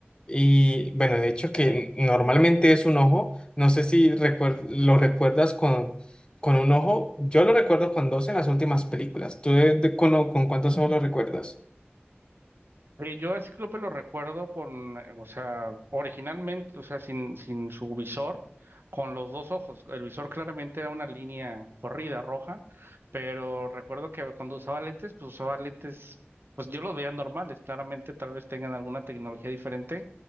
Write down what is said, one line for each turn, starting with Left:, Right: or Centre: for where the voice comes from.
Left: Y bueno, de hecho que normalmente es un ojo, no sé si recuer- lo recuerdas con, con un ojo, yo lo recuerdo con dos en las últimas películas, ¿tú de- de- con, con cuántos ojos lo recuerdas?
Right: Eh, yo a Cíclope lo recuerdo con, eh, o sea, originalmente, o sea, sin, sin su visor, con los dos ojos. El visor claramente era una línea corrida roja, pero recuerdo que cuando usaba lentes, pues usaba lentes, pues yo los veía normales, claramente tal vez tengan alguna tecnología diferente,